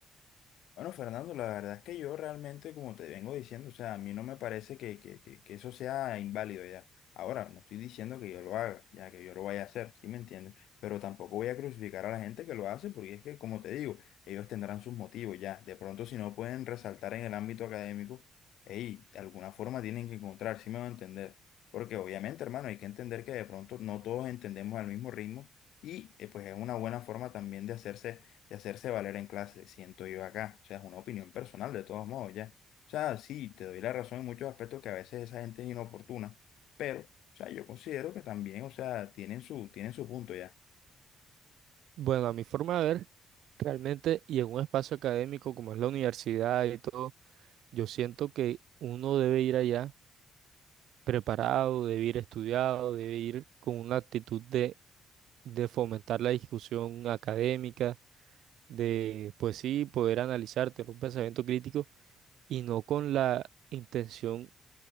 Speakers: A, on the left; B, on the right.
A: Bueno, Fernando, la verdad es que yo realmente, como te vengo diciendo, o sea, a mí no me parece que, que, que, que eso sea inválido ya. Ahora, no estoy diciendo que yo lo haga, ya que yo lo vaya a hacer, ¿sí me entiendes? Pero tampoco voy a crucificar a la gente que lo hace, porque es que, como te digo, ellos tendrán sus motivos ya. De pronto, si no pueden resaltar en el ámbito académico, hey, de alguna forma tienen que encontrar, ¿sí me va a entender? Porque obviamente, hermano, hay que entender que de pronto no todos entendemos al mismo ritmo y eh, pues es una buena forma también de hacerse de hacerse valer en clase, siento yo acá. O sea, es una opinión personal de todos modos, ya. O sea, sí, te doy la razón en muchos aspectos que a veces esa gente es inoportuna, pero, o sea, yo considero que también, o sea, tienen su, tienen su punto ya.
B: Bueno, a mi forma de ver, realmente y en un espacio académico como es la universidad y todo. Yo siento que uno debe ir allá preparado, debe ir estudiado, debe ir con una actitud de, de fomentar la discusión académica, de, pues sí, poder analizar, tener un pensamiento crítico y no con la intención